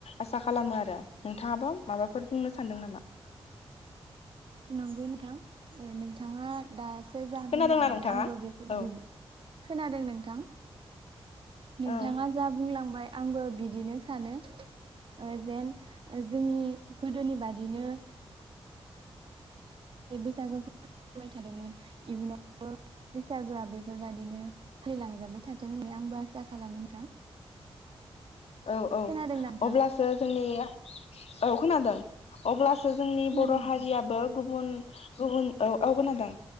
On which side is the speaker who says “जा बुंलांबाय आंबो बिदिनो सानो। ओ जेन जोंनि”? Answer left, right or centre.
Right